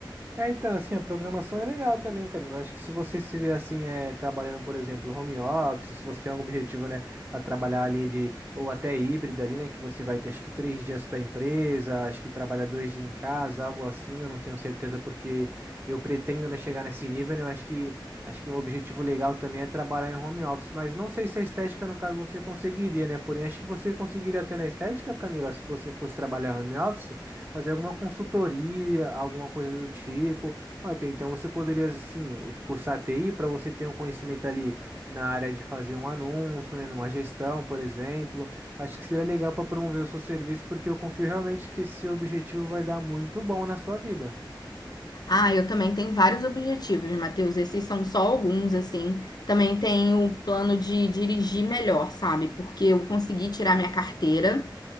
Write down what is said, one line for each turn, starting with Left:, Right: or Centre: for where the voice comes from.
Right: É, então, assim, a programação é legal também, Camila. Acho que se você se vê assim, é, trabalhando, por exemplo, home office, se você tem algum objetivo, né, para trabalhar ali de, ou até híbrido ali, né, que você vai ter acho que três dias para a empresa, acho que trabalha dois dias em casa, algo assim, eu não tenho certeza porque eu pretendo, né, chegar nesse nível, né, eu acho que, acho que um objetivo legal também é trabalhar em home office, mas não sei se a estética, no caso, você conseguiria, né, porém acho que você conseguiria até na estética, Camila, se você fosse trabalhar home office, fazer alguma consultoria, alguma coisa do tipo. Olha, tem- então você poderia, assim, cursar TI para você ter um conhecimento ali na área de fazer um anúncio, né, numa gestão, por exemplo. Acho que seria legal para promover o seu serviço, porque eu confio realmente que esse objetivo vai dar muito bom na sua vida.
Left: Ah, eu também tenho vários objetivos, Matheus. Esses são só alguns, assim. Também tenho o plano de dirigir melhor, sabe? Porque eu consegui tirar minha carteira.